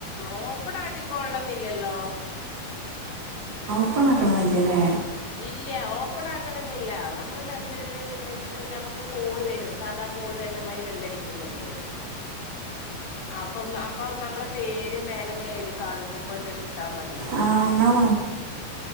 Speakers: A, on the left (about 55°); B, on the right (about 50°).
A: ഓപ്പൺ ആാക്കി കൊള്ളുന്നില്ലല്ലോ
B: ഇപ്പം നടക്കണുന്നില്ലേ അല്ലേ
A: ഇല്ല ഓപ്പൺ ആക്കണ എന്നില്ല നമ്മള് മെസ്സേജ് ചെയ്തക്ക വെച്ചിട്ട് നഞമ്മക്ക് കോള് വരും സാധാ കോള് വരണ്ടമാര് വെല്ലം അടിക്കുന്നുണ്ട് <inaudible> അപ്പൊ അപ്പൊ നമ്മളെ പേര് മേലെങ്ങനെ എഴുതി കാണിക്കുമ്പോണ്ട് എടുത്താ മതി
B: ആ നിങ്ങളെ